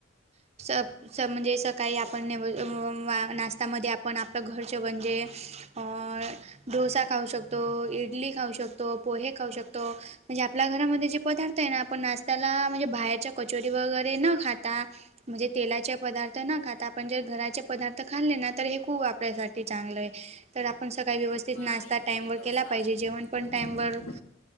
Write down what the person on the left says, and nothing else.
हो
उपमा
इडली
डोसा
बरोबर